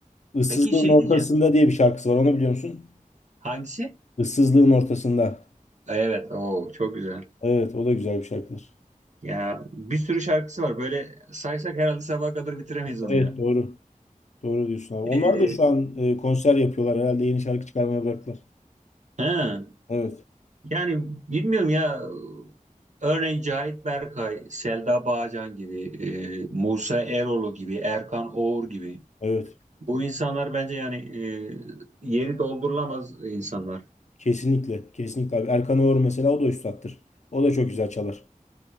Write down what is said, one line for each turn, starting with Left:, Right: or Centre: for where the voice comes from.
Left: Issızlığın
Right: Peki şey
Left: ortasında
Right: diyeceğim.
Left: diye bir şarkısı var. Onu biliyor musun?
Right: Hangisi?
Left: Issızlığın ortasında.
Right: Evet o çok güzel.
Left: Evet, o da güzel bir şarkıdır.
Right: Ya bir sürü şarkısı var. Böyle saysak herhalde sabaha kadar bitiremeyiz
Left: Evet,
Right: onu ya.
Left: doğru. Doğru diyorsun abi. Onlar
Right: E,
Left: da şu an e, konser yapıyorlar. Herhalde yeni şarkı çıkarmaya bıraktılar.
Right: ha.
Left: Evet,
Right: Yani bilmiyorum ya örneğin Cahit Berkay, Selda Bağcan gibi, e, Musa Eroğlu gibi, Erkan Oğur gibi.
Left: evet.
Right: Bu insanlar bence yani e, yeri doldurulamaz insanlar.
Left: Kesinlikle, kesinlikle abi. Erkan Oğur mesela o da üstattır. O da çok güzel çalar.